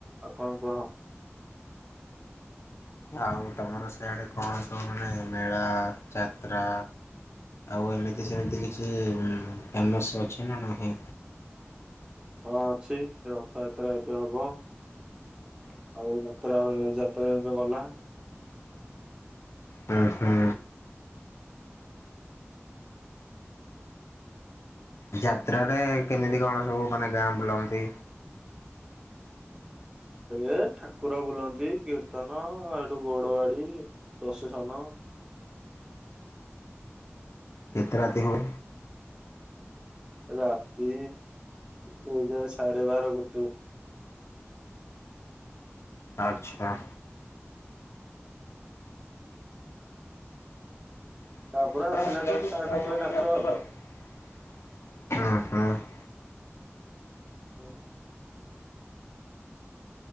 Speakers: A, on the right; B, on the left.
A: ଆଉ କଣ କୁହ?
B: ଆଉ ତମର ସେଆଡେ କଣ ସବୁ ମାନେ ମେଳା ଯାତ୍ରା ଆଉ ଏମିତି ସେମିତି କିଛି ଫେମସ୍ ରେ ଅଛି ନା ନାହିଁ।
A: କଣ ଅଛି ସେ ରଥଯାତ୍ରା ଏବେ ହବ। ଆଉ ନ ଯାତ୍ରା ଯାତ୍ରା ଏବେ ଗଲା।
B: ହୁଁ ହୁଁ। ଯାତ୍ରାରେ କେମିତି କଣ ସବୁ ମାନେ ଗାଁ ବୁଲନ୍ତି?
A: ଏ ଠାକୁର ବୁଲନ୍ତି। କୀର୍ତ୍ତନ ଏଠୁ ଗୌଡ ବାଡି ପ୍ରଶେସନ।
B: କେତେ ରାତି ହୋଉ।
A: ରାତି ହେଇଯାଏ ସାଢେ ବାର ଗୋଟେ।
B: ଆଚ୍ଛା। ହୁଁ
A: ତାପରେ ଆସିଲାଠୁ ଷ୍ଟାର୍ଟ ହୁଏ ନାଚ
B: ହୁଁ।
A: ହୁଁ ହୁଁ।